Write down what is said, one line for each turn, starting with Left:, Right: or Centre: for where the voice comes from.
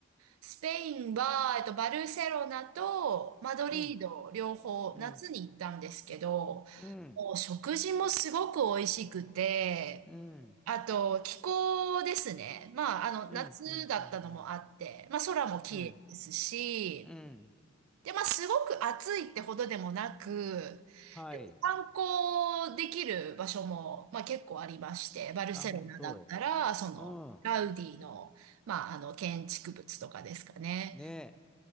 Right: スペインは、えっと、バルセロナとマドリード両方夏に行ったんですけど、
Centre: うん。うん。うん。
Right: もう食事もすごく美味しくて、
Centre: うん。
Right: あと気候ですね。まあ、あの、
Centre: うん。
Right: 夏だったのもあって、
Centre: うん。うん。
Right: まあ空も綺麗ですし、
Centre: うん。うん。
Right: で、まあ、すごく暑いってほどでもなく、
Centre: はい。
Right: でも観光できる場所も、まあ、結構ありまして、バルセロナだったら、
Centre: あ、本当。
Right: その、
Centre: うん。
Right: ガウディの、まあ、あの、建築物とかですかね。
Centre: ねえ。